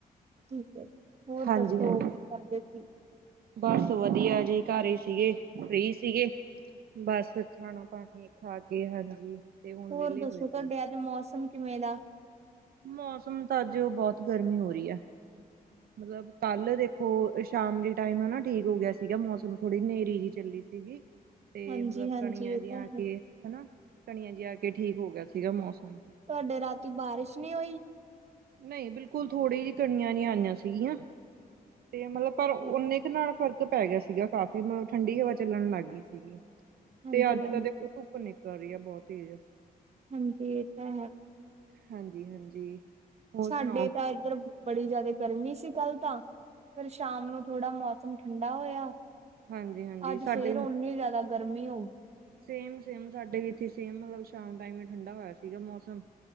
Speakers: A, on the right; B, on the right.
A: ਠੀਕ ਆ ਜੀ ਹੋਰ
B: ਹਾਂਜੀ-ਹਾਂਜੀ।
A: ਦੱਸੋ ਕੀ ਕਰਦੇ ਸੀ।
B: ਬਸ ਵਧੀਆ ਜੀ ਘਰ ਹੀ ਸੀਗੇ ਫ੍ਰਰੀ ਸੀਗੇ ਬਸ ਖਾਣਾ। ਪਾਣੀ ਖਾ ਕੇ ਹਾਂਜੀ। ਤੇ ਹੁਣ
A: ਹੋਰ
B: ਵਿਹਲੇ
A: ਦੱਸੋ।
B: ਹੋਏ ਸੀ।
A: ਤੁਹਾਡੇ ਅੱਜ ਮੌਸਮ ਕਿਵੇਂ ਦਾ?
B: ਮੌਸਮ ਤਾਂ ਅੱਜ ਉਹ ਬਹੁਤ ਗਰਮੀ ਹੋ ਰਹੀ ਐ। ਮਤਲਬ ਕੱਲ ਦੇਖੋ, ਸ਼ਾਮ ਦੀ ਟਾਈਮ ਨਾਂ ਠੀਕ ਹੋ ਗਿਆ ਸੀਗਾ। ਮੌਸਮ ਥੋੜ੍ਹੀ ਨੇਰ੍ਹੀ ਜਿਹੀ ਚੱਲੀ ਸੀਗੀ। ਤੇ
A: ਹਾਂਜੀ
B: ਮਤਲਬ
A: ਹਾਂਜੀ
B: ਕਣੀਆਂ
A: ਇਹ
B: ਜ
A: ਤਾਂ
B: ਆ
A: ਹੈ।
B: ਕੇ ਹਨਾਂ! ਕਨੀਆ ਜਿ ਆ ਕੇ ਠੀਕ ਹੋ ਗਿਆ ਸੀਗਾ ਮੌਸਮ।
A: ਤੁਹਾਡੇ ਰਾਤੀ ਬਾਰਿਸ਼ ਨਹੀਂ ਹੋਈ।
B: ਨਈਂ, ਬਿਲਕੁਲ ਥੋੜ੍ਹੀ ਜਿਹੀ ਕਣੀਆਂ ਜਿ ਆਈਆਂ ਸੀਗੀਆਂ ਤੇ ਮਤਲਬ ਪਰ ਓਨੇ
A: ਠੀਕ ਹੈ,
B: ਕੁ ਨਾਲ ਫ਼ਰਕ ਪੈ ਗਿਆ ਸੀਗਾ। ਕਾਫ਼ੀ ਮਤਲਬ ਠੰਡੀ ਹਵਾ ਚੱਲਣ ਲੱਗ ਗਈ ਸੀਗੀ।
A: ਹਾਂਜੀ
B: ਤੇ ਅੱਜ
A: ਹਾਂਜੀ।
B: ਤਦੇ ਖੁਤ ਉੱਪਰ ਨਿਕਲ ਆ ਰਹੀ ਆ ਬਹੁਤ ਤੇਜ਼।
A: ਹਾਂਜੀ ਇਹ ਤਾਂ ਹੈ।
B: ਹਾਂਜੀ ਹਾਂਜੀ। ਹੋਰ
A: ਸਾਡੇ
B: ਸੁਣਾਓ
A: ਤਾਂ ਇੱਧਰ ਬੜੀ ਜਿਆਦਾ ਗਰਮੀ ਸੀ ਕੱਲ ਤਾਂ, ਫਿਰ ਸ਼ਾਮ ਨੂੰ ਥੋੜ੍ਹਾ ਮੌਸ ਮੌਸਮ ਠੰਡਾ ਹੋਇਆ,
B: ਹਾਂਜੀ ਹਾਂਜੀ
A: ਅੱਜ
B: ਸਾਡੇ
A: ਫੇਰ
B: ਵੀ
A: ਓਨੀ ਜ਼ਿਆਦਾ ਗਰਮੀ ਹੋ ਗਈ।
B: ਸੇਮ, ਸੇਮ ਸਾਡੇ ਵੀ ਇਥੇ ਸੇਮ ਮਤਲਬ ਸ਼ਾਮ ਟਾਈਮ ਠੰਡਾ ਹੋਇਆ ਸੀਗਾ ਮੌਸਮ।